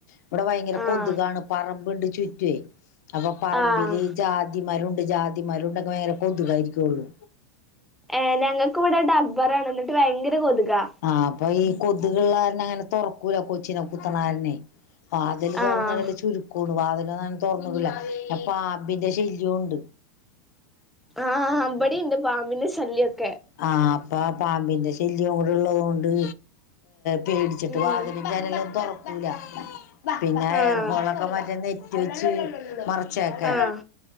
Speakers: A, on the left (about 70°); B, in the centre.
A: ഇവടെ ഭയങ്കര
B: ആഹ്
A: കൊതുകാണ് പറം ബണ്ട ചുറ്റ്വെ അപ്പൊ പറമ്പില്
B: ആഹ്
A: ജാതി മരും. ജാതിമരുണ്ടങ്കെ വയങ്കര കൊതുകായിരിക്കെള്ളൂ.
B: ഏഹ് ഞങ്ങക്ക് ഇവിടെ ഡബ്ബറാണ് എന്നിട്ട് ഭയങ്കര കൊതുകാ
A: ആഹ് അപ്പൊ ഈ കൊതുകള്ളാരന അങ്ങനെ തുറക്കൂല കൊച്ചിനെ കുത്തണാരനെ ആ അതില് തുറന്നിടല്
B: ആഹ്
A: ചുരുക്കും കൂണുപാതല തോറന്നില്ല പാമ്പിന്റെ ശല്യവും ഉണ്ട്
B: ആഹ് അമ്പടി ഉണ്ട് പാമ്പിന ശല്യത്ത്
A: ആഹ് അപ്പ ആ പാമ്പിന്റെ ശല്യം കൂടെ ഉള്ളതൊണ്ട് പേടിച്ചിട്ട്
B: ഉം
A: വാതിലും ഞാനല്ലും തുറക്കൂല പിന്നെ
B: ആഹ്
A: എയർ ഹോളൊക്കെ പറ്റുന്ന തേച്ചി മറ ച്ചക്കെ
B: ആഹ്